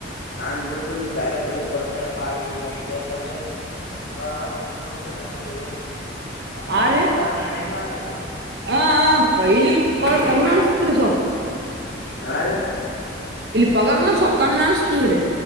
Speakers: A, on the left; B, on the right.
A: ನಾನ್ ಬಿಡ್ತೇನ್ರಿ ಬ್ಯಾರೆ ಕಡಿ ಕೊಡ್ತಾರಪ್ಪಾ ಹಂಗ ಹಿಂಗ ಅಂತ ಹೇಳ್ತನ್ರಿ, ನೋಡಣ ಬಿಟ್ಟ ಬುಟಬಿಡ್ತೀನಿ. ಆಕಡೆ ಏನ್ ಅದ್ರಾಗ
B: ಆ ರೀ
A: ಪಗಾರನ ಕಡಿಮೆ ಆದ್ರಿ
B: ಹಾ, ಆಈದನ್
A: ಅದಕ್ಕೇನ
B: ಪಗರ್ ಕಮ್ಮಿ ಅನ್ಸತ್ರಿ ಸ್ವಲ್ಪು.
A: ಹಾ, ರೀ-
B: ಪಗಾರ್ನ ಸ್ವಲ್ಪ ಕಮ್ಮಿ ಅನ್ಸ್ತದ್ರಿ